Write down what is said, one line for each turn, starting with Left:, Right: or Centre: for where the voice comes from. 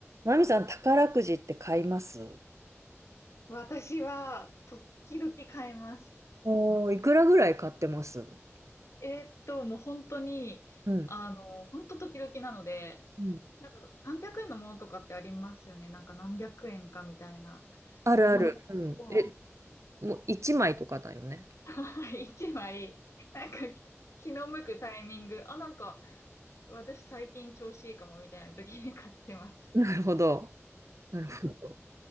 Right: マミさん、宝くじって買います
Left: 私は、時々変えます。
Right: おおー、いくらぐらい買ってます
Left: えーっと、もう本当に、
Right: うん。
Left: あの、本当時々なので、
Right: うん
Left: なんか300円のものとかってありますよね。なんか何百円かみたいな
Right: あるある。
Left: ものを、
Right: うん。え、もう1枚とかだよね。
Left: <laughs> 一枚、なんか気気の向くタイミング、あ、なんか私最近調子いいかもみたいな時に買ってます。
Right: <laughs> なるほど。なるほど。